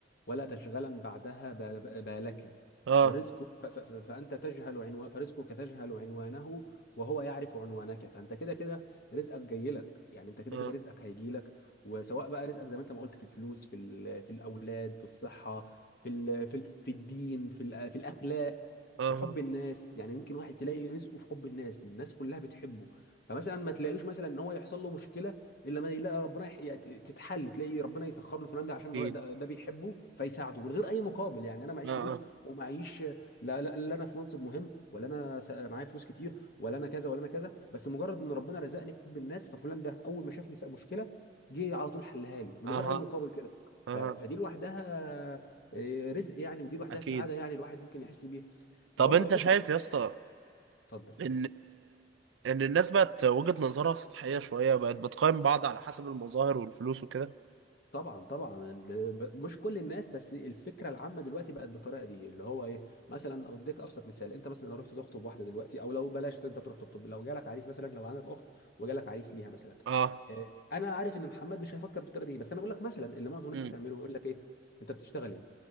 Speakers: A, on the left (about 55°); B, on the right (about 80°).
A: ولا تشغلا بعدها با- با- بالك
B: اه
A: فرزقك ف- ف- ف- فانت تجهل عنوان فرزقك تجهل عنوانه وهو يعرف عنوانك فانت كده كده رزقك جاي لك يعني انت كده
B: اه
A: كده رزقك هيجي لك وسواء بقى رزقك زي ما انت ما قلت في الفلوس في ال- في الاولاد في الصحه في ال- في ال- في الدين في ال- في الاخلاق
B: اه
A: في حب الناس يعني يمكن واحد تلاقي رزقه في حب الناس الناس كلها بتحبه فمثلا ما تلاقيش مثلا ان هو يحصل له مشكله الا ما يلاقي ربنا يح- يعني ت- تتحل تلاقي ربنا يسخر له فلان ده عشان الر-
B: اكيد
A: ده, ده بيحبه فيساعده من غير اي مقابل يعني انا معيش
B: اه
A: فلوس
B: اه
A: ومعيش لا لا, لا انا في منصب مهم ولا انا س- معايا فلوس كتير ولا انا كذا ولا انا كذا بس مجرد ان ربنا رزقني بحب الناس ففلان ده اول ما شافني في مشكله جه على طول حلها لي من
B: اه
A: غير اي مقابل كده
B: اه
A: ف- فدي لوحدها آه، رزق يعني ودي لوحدها
B: اكيد
A: سعاده يعني الواحد ممكن يحس بيها
B: طب
A: برضه
B: انت
A: فكره
B: شايف يا اسطى
A: اتفضل
B: ان ان الناس بقت وجهة نظرها سطحية شوية بقت بتقيم بعض على حسب المظاهر والفلوس وكده
A: طبعا طبعا ال- ب- مش كل الناس بس الفكره العامه دلوقتي بقت بالطريقه دي اللي هو ايه مثلا اديك ابسط مثال انت مثلا لو رحت تخطب واحده دلوقتي او لو بلاش انت تروح تخطب لو جالك عريس مثلا لو عندك اخت وجالك عريس ليها مثلا
B: اه
A: آه، انا عارف ان محمد مش هيفكر بالطريقه دي بس انا بقول لك مثلا اللي معظم الناس
B: امم
A: هتعمله يقول لك ايه انت بتشتغل ايه